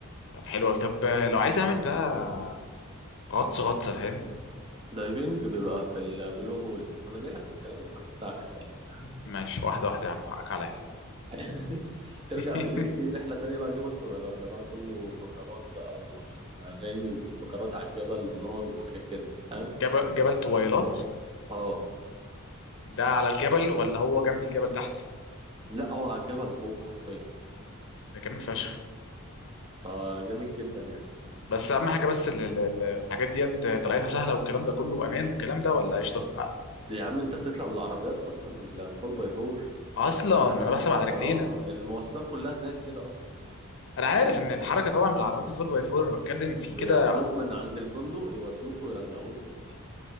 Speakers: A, on the left (about 60°); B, on the right (about 25°).
A: طب حلو أوي. طب لو عايز اعمل بقى غطس غطسة فاهم
B: دايفنج بيبقى في البلو هول ما انا جاي لك في الكلام انت مستعجل خلي بالك.
A: ماشي واحدة واحدة يا عم حقك عليا
B: <laughs> ترجع
A: <laughs>
B: بالليل في رحلة تانية بقى جبل طويلات ده بقى كله فقرات بقى و- واغاني وفقرات على الجبل ونار وحاجات كده فاهم
A: جبل جبل طويلات
B: اه
A: ده على الجبل ولا هو جنب الجبل تحت
B: لا هو على الجبل فوق حرفيا
A: ده جامد فشخ
B: فجامد جدا يعني
A: بس اهم حاجة بس ال- ال- ال- الحاجات ديت طلعتها سهلة والكلام ده كله امان والكلام ده ولا قشطة أ-
B: يا عم انت بتطلع بالعربيات اصلا ال 4 باي 4
A: اصلا انا بحسب على رجلينا
B: اه المواصلات كلها هناك كده اصلا
A: انا عارف ان الحركه طبعا بالعربيات الفور باي فور انا بتكلم في
B: بياخدوك
A: كده
B: من عند الفندق يودوك ويرجعوك يا باشا